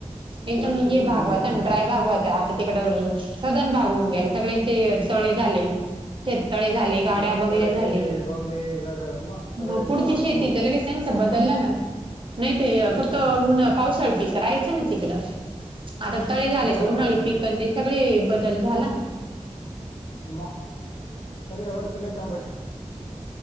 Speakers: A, on the right (about 45°); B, on the left (about 65°).
A: एकदम
B: कडकीच
A: हे
B: उतरून
A: भाग
B: गेली
A: होता
B: त्यांच्या
A: ड्राय भाग होता आता तिकड सदन भाग हो गेला सगळ्यांचे तळे झाले शेततळे झाले गाड्या
B: मग
A: बंगले
B: तळे
A: झाले
B: बंगले घर सगळे
A: मग पुढची
B: जोरात
A: शेती
B: होऊन गेले
A: तर लगेच त्यांच बदललं ना नाही ते फक्त ऊन
B: हम्म
A: पावसाळ पीक राहायचं ना तिकडं आता तळे झाले
B: धोरणं
A: त उन्हाळी
B: बदलली
A: पिक अन ते सगळे बदल झाला ना.
B: म, तरी या वर्षी लय <unintelligible>